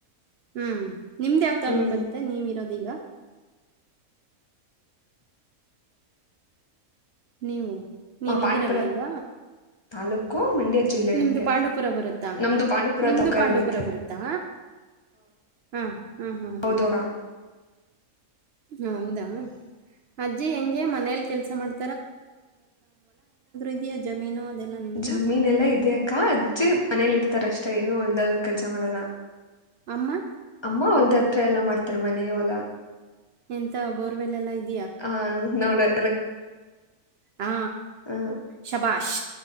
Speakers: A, on the right (about 65°); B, on the left (about 40°).
A: ಹ್ಮ್ ನಿಮ್ದ್ ಯಾವ ತಾಲೂಕ್
B: ಹ್ಞೂ
A: ಬರುತ್ತೆ ನೀವ ಇರೋದ ಈಗ. ನೀವು ನೀವಿದ್ದೀರಲ್ಲ
B: ಪಾಂಡವಪುರ
A: ಈಗ
B: ತಾಲೂಕು ಮಂಡ್ಯ ಜಿಲ್ಲೆ
A: ನಿಮ್ದು
B: ನಮಗೆ
A: ಪಾಂಡವಪುರ ಬರುತ್ತಾ.
B: ನಮ್ಮದು ಪಾಂಡವಪುರ
A: ನಿಮ್ದು
B: ತಕ್ಕ
A: ಪಾಂಡವಪುರ
B: ಬರುತ್ತೆ
A: ಬರುತ್ತಾ ಹಾ ಹಾ ಹಾ ಹಾ
B: ಹೌದು
A: ಹಾ.
B: ಅಕ್ಕ
A: ಹೌದಾ ಅಜ್ಜಿ ಹೆಂಗಗೆ ಮನೇಲಿ ಕೆಲಸ ಮಾಡ್ ಇದೆಯಾ ಜಮೀನು ಅದೆಲ್ಲ ನಿಮ್ದು
B: ಜಮೀನ್ ಎಲ್ಲಾ ಇದೆಯ ಅಕ್ಕ ಅಜ್ಜಿ ಮನೇಲಿ ಇರ್ತಾರಷ್ಟೇ ಏನು ಹೊಲ್ದ ಕೆಲ್ಸ ಮಾಡಲ್ಲ.
A: ಅಮ್ಮ
B: ಅಮ್ಮ ಹೊಲ್ದ ಹತ್ರ ಎಲ್ಲಾ ಮಾಡ್ತಾರೆ ಮನೇ ಹೊಲ.
A: ಎಂತ ಬೋರ್ವೆಲ್ ಎಲ್ಲಾ ಇದ್
B: ಹೌದ್ ನೋಡಿ
A: ಹಾ
B: ಆ,
A: ಶಬಾಶ್